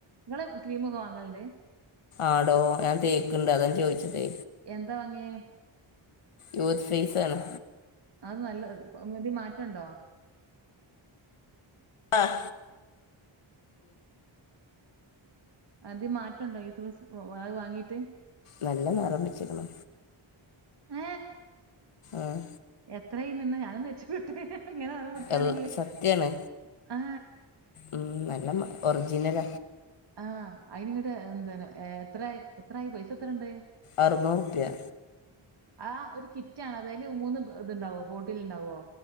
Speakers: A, on the right; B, on the left.
A: ഇങ്ങള് ക്രീമൊക്കെ വാങ്ങല്ണ്ട്?
B: ആടോ ഞാൻ തേക്ക്ണ്ട് അതാ ഞാൻ ചോദിച്ചതേ
A: എന്താ വാങ്ങിയേ?
B: യൂത്ത് ഫെയിസാണ്.
A: അത് നല്ല <unintelligible> മാറ്റണ്ടോ?
B: ആഹ്
A: എന്തേ മാറ്റംണ്ടോ യൂത്ത് വെസ് അത് വാങ്ങീട്ട്.
B: നല്ല നെറം ബെച്ച്ക്ക്ണ്.
A: ഏ
B: ആഹ്.
A: എത്രയ്ന്ന് ഞാനുന്തേച്ചോക്കട്ടെ ങ്ങനെ നറം വെക്കാണെങ്കില്
B: എൽ- സത്യാണ്
A: ആ.
B: ഉം നല്ല മ ഒർജിനല.
A: ആഹ് അയ്നിങ്ങട്ട് എന്ത എത്രയി എത്രായി പൈസെത്രണ്ട്?
B: അർന്നൂർപ്യ.
A: ആ ഒരു കിറ്റാണത് അയ്ല് മൂന്ന് ഇത്ണ്ടാവോ ബോട്ടില്ണ്ടാവോ?